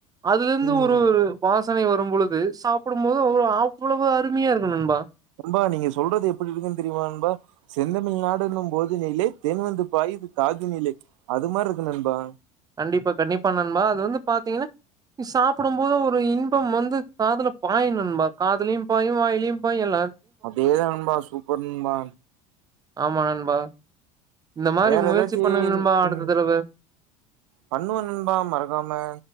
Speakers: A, on the right; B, on the right.
A: அதுலந்து
B: ம்
A: ஒரு ஒரு வாஸ் சனை வரும்பொழுது சாப்பிடும் போது அவ அவ்வளவு அருமையா இருக்கு நண்பா
B: நண்பா நீங்க சொல்றது எப்பிடி இருக்குன் தெரியுமா நண் ப செந்தமிழ்நா ட்டனும் போதிநிலே தேன் வந்துப் பாயுது காதுனிலே அது மார்ருக்கு நண்பா
A: கண்டிப்பா கண்டிப்பா நண்பா அது வந்து பாத்தீங்கன்னா சாப்பிடும் போது ஒரு இன்பம் வந்து காதுல பாயு நண்பா காதுலியும் பாயு வாயிலியும் பாயு எல்லா
B: அப்டியேதா நண்பா சூப்பர் நண்பா
A: ஆமா நண்பா இந்த மாதிரி
B: வேற
A: முயற்சி
B: எதாச்சீ
A: பண்ணுங்க நண்பா அடுத்த
B: உம்
A: தடவ
B: பண்ணுவ நண்பா மறக்காம